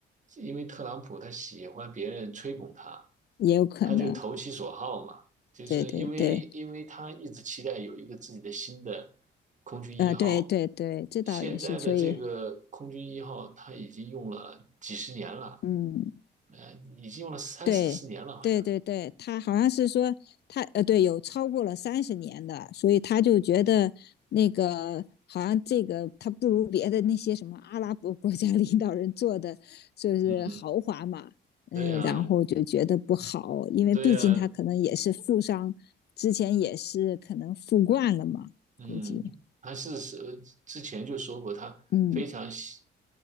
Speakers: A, on the right; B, on the left.
A: 因为特朗普他喜欢别人吹捧他，
B: 也有可能，
A: 他就投其所好嘛，就是因为因为他一直期待有一个自己的新的
B: 对对对，
A: 空军一号，
B: 呃，对对对，这倒也是，
A: 现在的这个空军一号他已经用了几十年了，
B: 所以，嗯，
A: 呃，已经用了三四十年了，
B: 对对对对，
A: 好像。
B: 他好像是说他呃，对，有超过了三十年的，所以他就觉得那个好像这个他不如别的那些什么阿拉伯国家领导人做的就是豪华嘛，
A: 嗯，对呀，
B: 嗯，然后就觉得不好，因为毕竟他可能也是富商，
A: 对呀，
B: 之前也是可能富惯了嘛，
A: 嗯，
B: 估计，
A: 他是是呃之前就说过，他非常希
B: 嗯，